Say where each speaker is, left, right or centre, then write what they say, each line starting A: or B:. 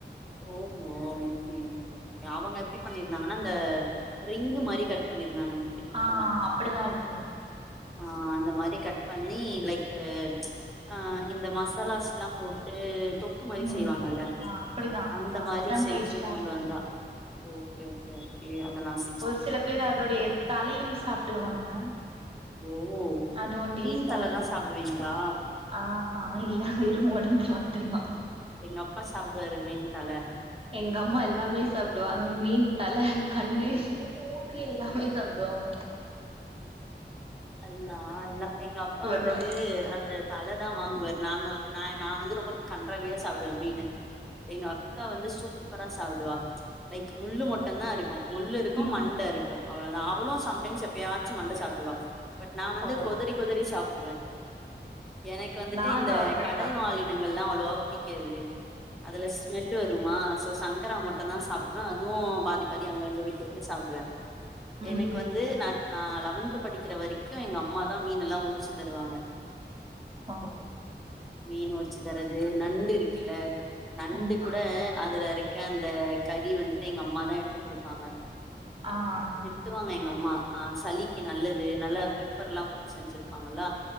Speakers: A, in the centre; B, on the right.
A: ஓஹோ ஓகே ஓகே அவங்க எப்டி பண்ணிருந்தாங்கன்னா இந்த ரிங்கு மாரிக் கட் பண்ணிருந்தாங்க குட் ட்டிக் குட்டியா
B: ஆ அப்டிதா இருக்கு
A: ஆ அந்த மாரிக் கட் பண்ணி லைக்கு அ இந்த மசாலாஸ்லாம் போட்டு தொக்கு மாரி
B: ம்
A: செய்வாங்கல்ல
B: ஆ அப்டிதா அப்டிதா
A: அந்த மாரி
B: அதா
A: செஞ்சி
B: டேஸ்ட்டா
A: கொண்டு
B: இருக்கு
A: வந்தா ஓகே ஓகே ஓகே அத நசிக்
B: ஒரு சிலப் பேர் அதோடையத் தலையு சாப்டுவாங்க
A: ஓ
B: அதுவு டேஸ்ட்டா
A: மீன் தலலா
B: இருக்கு
A: சாப்டுவீங்ளா
B: ஆஹா இல்லா வெறு ஒடம்பு மட்டுந்தா
A: எங்க அப்பா சாப்டுவாரு மீன் தல
B: எங்க அம்மா எல்லாமே சாப்டுவா மீன் தல கண்ணு பூக்கு எல்லாமே சாப்டுவாங்க
A: அல்லா அல்லா எங்க அப்பா
B: ஒருவாய்
A: வந்துட்டு அந்தத் தலதா வாங்வாரு நாங்க வந்து நா எ நா வந்து ரொம்பக் கண்றாவியா சாப்டுவே மீனு எங்கா க்கா வந்து சூப்பரா சாப்டுவா லைக் முள்ளு மட்டுந்தா இருக்கு முள்ளுருக்கு
B: ம்
A: மண்டருக்கு அவ்ளதா அவளு சம்டைம்ஸ் எப்பியாச்சு மண்ட சாப்டுவா பட் நா வந்து
B: ஓ
A: கொதறி கொதறி சாப்டுவே எனக்கு வந்துட்டு
B: நானு
A: இந்த
B: அப்டிதா
A: கடல் வாலினங்கள்லா அவ்ளவாப் புடிக்காது அதுலச் மெல்லு வருமா சோ சங்கரா மட்டுந்தா சாப்டுவே அதுவு பாதி பாதி அங்கங்க விட்டு விட்டு சாப்டுவே
B: ம்
A: எனக்கு வந்து நாட் நா லெவன்த்து படிக்கிற வரிக்கு எங்க அம்மாதா மீனெல்லா உறிச்சி தருவாங்க
B: ஆ
A: மீன் உறிச்சி தரது நண்டு இருகுல்ல நண்டு
B: ஆமா
A: கூட அதுல இருக்க அந்த கறி வந்துட்டு எங்க அம்மாதா எடுத்து குடுபாங்க
B: ஆஆ
A: திட்டுவாங்க எங்க அம்மா ஆ சளிக்கு நல்லது நல்லா பெப்பர் எல்லா போட்டு செஞ்சிருபாங்களா